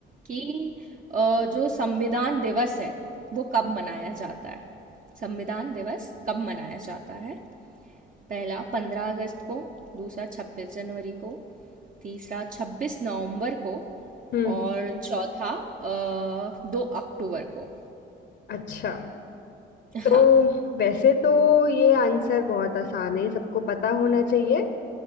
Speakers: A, on the right; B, on the left.
A: कि अ, जो संविधान दिवस है वो कब मनाया जाता है संविधान दिवस कब मनाया जाता है पहला पंद्रह अगस्त को दूसरा छब्बीस जनवरी को तीसरा छब्बीस नवंबर को
B: हम्म
A: और चौथा अ, दो अक्टूबर को
B: अच्छा
A: हाँ
B: तो वैसे तो ये आंसर बहुत आसान है सबको पता होना चाहिए